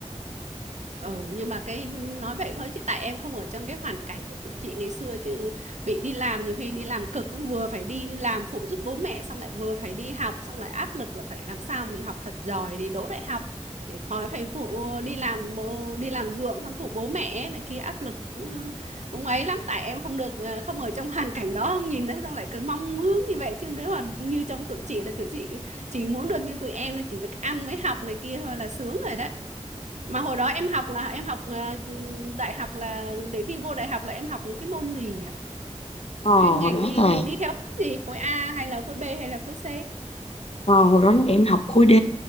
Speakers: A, on the right; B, on the left.
A: Ừ, nhưng mà cái nói vậy thôi chứ tại em không ở trong cái hoàn cảnh của tụi chị ngày xưa chứ bị đi làm nhiều khi đi làm cực cũng vừa phải đi làm phụ giúp bố mẹ xong lại vừa phải đi học xong lại áp lực là phải làm sao mình học thật giỏi để đỗ đại học để khỏi phải phụ đi làm bố đi làm ruộng xong phụ bố mẹ này kia áp lực cũng cũng ấy lắm tại em không được ờ, không ở trong hoàn cảnh đó không nhìn thấy xong lại cứ mong ước như vậy chứ nếu mà như trong tụi chị là tụi chị chỉ muốn được như tụi em nó chỉ việc ăn với học này kia thôi là sướng rồi đấy mà hồi đó em học là em học ờ, đại học là để thi vô đại học là em học những cái môn gì nhỉ?
B: ờ
A: Chuyên
B: hồi
A: ngành
B: đó
A: đi
B: là
A: mình đi theo gì? Khối A hay là khối B hay là khối C?
B: Ờ, hồi đó em học khối D,